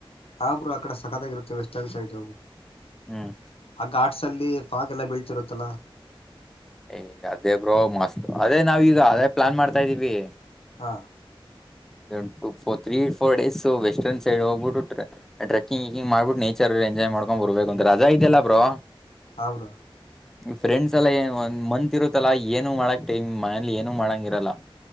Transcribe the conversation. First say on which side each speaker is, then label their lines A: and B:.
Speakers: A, on the left (about 90°); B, in the centre.
A: ಹಾ ಪುರ ಕಡ ಸಕದಾಗಿರುತ್ತೆ ವೆಸ್ಟರ್ನ್ ಸೈಡು.
B: ಹ್ಮ್
A: ಆಗ ಘಾಟ್ಸ್ ಅಲ್ಲಿ ಫಾಗ ಎಲ್ಲ ಬೀಳ್ತಿರುತ್ತಲಾ.
B: ಏ ಅದೇ ಬ್ರೋ ಮಸ್ತ್ ಅದೇ ನಾವೀಗ ಅದೇ ಪ್ಲಾನ್ ಮಾಡ್ತಾ ಇದ್ದೀವಿ.
A: ಹಾ
B: ಟ ೋರ್ three four days western side ಹೋಗ್ಬಿಟ್ಟು ಟ್ರಕ್ಕಿಂಗ್ಿಂಗ್ ಮಾಡ್ಬಿಟ್ಟು ನೇಚರ್ ಎಂಜ್ಕೊಂಡ್ ಬರ್ಬೇಕು ಅಂತ ರಾ ಇದೆಯಲ್ಲಾ ಬ್ರೋ
A: ಹಾ ಬ್ರೋ
B: ಫ್ರೆಂಡ್ಸ್ ಎಲ್ಲ ಏ ಒನ್ ಮಂತ್ ಇರುತ್ತಲ್ಲಾ ಏನು ಮಾಡಕ್ ಟೈಮ್ ಮನಲಿ ಏನು ಮಾಡಂಗ ಇರಲ್ಲ.